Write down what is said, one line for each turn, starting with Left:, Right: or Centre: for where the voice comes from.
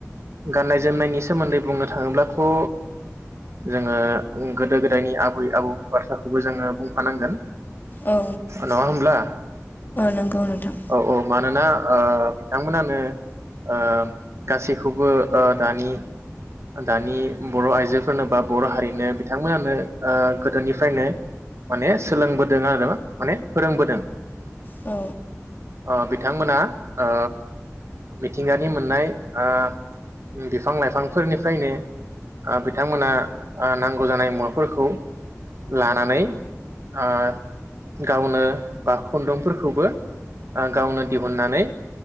Right: गाननाय जोमनायनि सोमोन्दै बुंनो थाङोब्लाथ ओ जोङो गोदो गोदायनि आबै आबौ बाथ्राखौबो जोङो बुंफानांगोन
Left: औ
Right: नङा होमब्ला
Left: नंगौ नोंथां
Right: औ औ मानोना ओ बिथांमोनानो ओ गासैखौबो ओ दानि दानि बर आइजोफोरनो बा बर'हारिनो बिथांमोनानो ओ गोदोनिफ्रायनो माने सोलोंबोदों आरो माने फोरोंबोदों।
Left: औ।
Right: ओ बिथांमोना ओ मिथिंगानि मोननाय ओ बिफां लाइफांफोरनिफ्रायनो ओ बिथांमोना ओ नां गौजानाय मुवाफोरखौ लानानै ओ गावनो बा खुन्दुंफोरखौबो ओ गावनो दिहुननानै